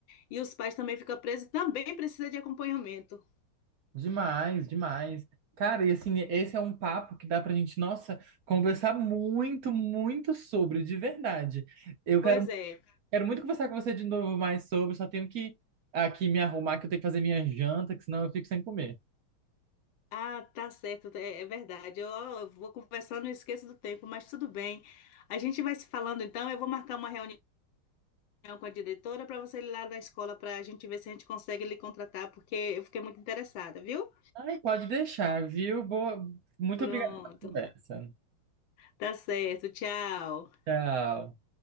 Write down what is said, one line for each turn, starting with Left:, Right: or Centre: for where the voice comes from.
Left: e os pais também ficam presos, também precisa de acompanhamento.
Right: Demais, demais. Cara, e assim, esse é um papo que dá pra gente, nossa, conversar muito, muito sobre, de verdade. Eu
Left: Pois
Right: quero,
Left: é,
Right: quero muito conversar com você de novo mais sobre, só tenho que aqui me arrumar, que eu tenho que fazer minha janta, que senão eu fico sem comer.
Left: Ah, tá certo, é, é verdade. Eu, eu vou conversando e esqueço do tempo, mas tudo bem. A gente vai se falando então. Eu vou marcar uma reunião com a diretora para você ir lá na escola para a gente ver se a gente consegue lhe contratar, porque eu fiquei muito interessada, viu?
Right: Ai, pode deixar, viu? Boa... Muito
Left: Pronto,
Right: obrigada pela conversa.
Left: tá certo, tchau.
Right: Tchau.